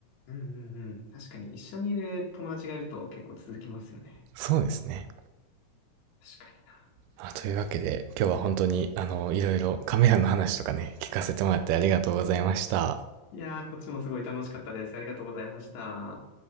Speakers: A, on the left; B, on the right.
A: うんうんうん。確かに一緒にいる友達がいると結構続きますよね。
B: そうですね。
A: 確かにな。
B: あというわけで、今日は本当に、あの、いろいろカメラの話とかね、聞かせてもらってありがとうございました。
A: いやー、こっちもすごい楽しかったです。ありがとうございました。